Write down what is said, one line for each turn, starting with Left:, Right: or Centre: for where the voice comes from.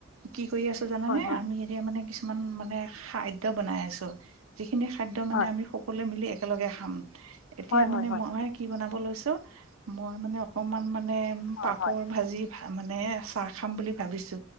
Right: কি কৰি আছো জানে
Left: হয় হয়
Right: আমি এতিয়া মানে কিছু কিছুমান মানে খাদ্য বনাই আছো যি খিনি খাদ্য মানে
Left: হয়
Right: আমি সকলোৱে মিলি একেলগে খাম এতিয়া
Left: হয় হয়
Right: মানে
Left: হয়
Right: মই কি বনাব লৈছো মই মানে অকমান মান মানে
Left: হয়
Right: পাপৰ
Left: হয়
Right: ভাজি ভা মানে চাহ খাম বুলি ভাবিছো